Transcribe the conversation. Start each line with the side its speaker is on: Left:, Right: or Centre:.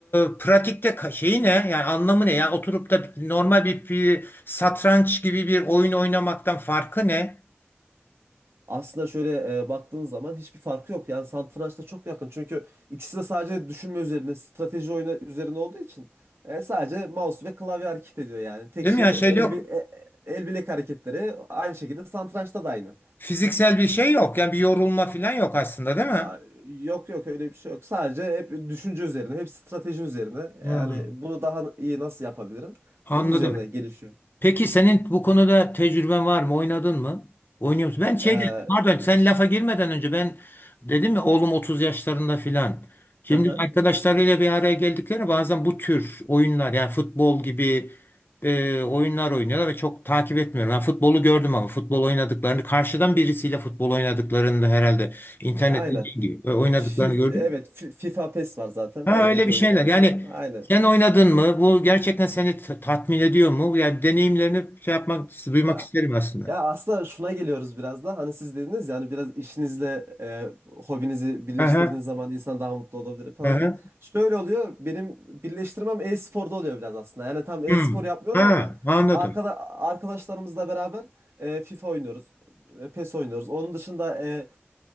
Left: e, pratikte ka- şeyi ne? Yani anlamı ne? Yani oturup da normal bir, bir satranç gibi bir oyun oynamaktan farkı ne?
Right: Aslında şöyle e, baktığın zaman hiçbir farkı yok. Yani satrançla çok yakın. Çünkü ikisi de sadece düşünme üzerine, strateji oyunu üzerine olduğu için e, sadece mouse ve klavye hareket ediyor yani. Tek
Left: Değil
Right: şey
Left: mi? Yani
Right: el,
Left: şey yok.
Right: bi- e, el bilek hareketleri aynı şekilde satrançta da aynı.
Left: Fiziksel bir şey yok. Yani bir yorulma falan yok aslında, değil mi?
Right: Aa, Yok yok öyle bir şey yok. Sadece hep düşünce üzerine, hep strateji üzerine.
Left: Hmm,
Right: Yani bunu daha iyi nasıl yapabilirim?
Left: anladım.
Right: Bunun üzerine gelişiyor.
Left: Peki senin bu konuda tecrüben var mı? Oynadın mı? Oynuyor musun? Ben şeyden,
Right: Ee,
Left: pardon sen
Right: ş-
Left: lafa girmeden önce ben dedim ya oğlum 30 yaşlarında filan. Şimdi
Right: hı hı.
Left: arkadaşlarıyla bir araya geldikleri bazen bu tür oyunlar yani futbol gibi e, oyunlar oynuyorlar ve çok takip etmiyorum. Ben futbolu gördüm ama futbol oynadıklarını karşıdan birisiyle futbol oynadıklarını da herhalde internette
Right: Aynen.
Left: değil gibi e, oynadıklarını
Right: E, fi- fi-
Left: gördüm.
Right: evet fi- FIFA PES var zaten
Left: Ha
Right: e,
Left: öyle
Right: video
Left: bir şeyler.
Right: oyunlarında.
Left: Yani
Right: Aynen.
Left: sen oynadın mı? Bu gerçekten seni t- tatmin ediyor mu? Yani deneyimlerini şey yapmak, duymak
Right: Ya
Left: isterim aslında.
Right: ya aslında şuna geliyoruz biraz da. Hani siz dediniz yani biraz işinizle e, hobinizi birleştirdiğiniz
Left: Aha,
Right: zaman insan daha mutlu olabilir falan.
Left: aha.
Right: Şöyle oluyor. Benim birleştirmem e-sporda oluyor biraz aslında. Yani tam e-spor
Left: Hmm.
Right: yapmıyorum
Left: Ha,
Right: ama
Left: anladım.
Right: arkada arkadaşlarımızla beraber e, FIFA oynuyoruz. e, PES oynuyoruz. Onun dışında e,